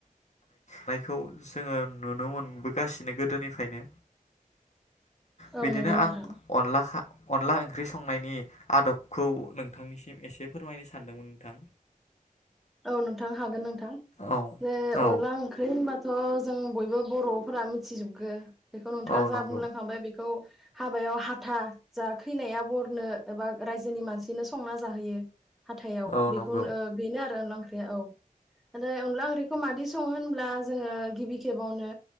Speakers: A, on the left (about 55°); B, in the centre.
A: नायखौ जोङो नुनो मोनबोगासिनो गोदोनिफायनो
B: औ
A: बिदिनो
B: नंगौ नोंथां
A: आं अनला खा अनला ओंख्रि संनायनि आदबखौ नोंथांनिसिम एसे फोरमायनो सानदोंमोन नोंथां
B: औ नोंथां हागोन नोंथां
A: औ
B: जे अनला
A: औ
B: ओंख्रि होनबाथ' ओ जों बयबो बर'फोरा मिथिजोबगो बेखौ नोंथाङा
A: औ
B: जा
A: नंगौ
B: बुंलांखांबाय बेखौ हाबायाव हाथा जा खैनाया बरनो एबा रायजोनि मानसिनो संना जाहोयो हाथायाव
A: औ
B: बेखौ
A: नंगौ
B: ओ बेनो आ अनला ओंख्रि औ नाथाय अनला ओंख्रिखौ मादि संङो होनब्ला जोंङो गिबि खेबावनो